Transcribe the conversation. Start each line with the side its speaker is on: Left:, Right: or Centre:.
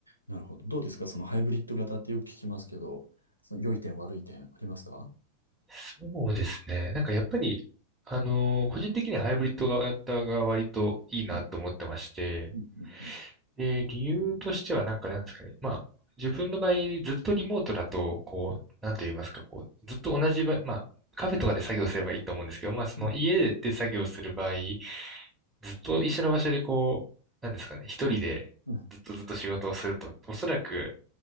Left: なるほど。どうですかそのハイブリッド型ってよく聞きますけど、その良い点悪い点ありますか
Right: そうですね。なんか、やっぱり、あの、個人的にはハイブリッド型が割といいなと思ってまして、
Left: うん、うん、うん、うん。
Right: で、理由としてはなんかなんですかね。まあ、自分の場合、ずっとリモートだと、こう、なんと言いますか、こう、ずっと同じ場、まあ、カフェとかで作業すればいいと思うんですけど、まあ、その家で作業する場合、
Left: うん、
Right: ずっと一緒の場所でこう、なんですかね、一人でずっとずっと仕事をすると、
Left: うん、うん。
Right: おそらく、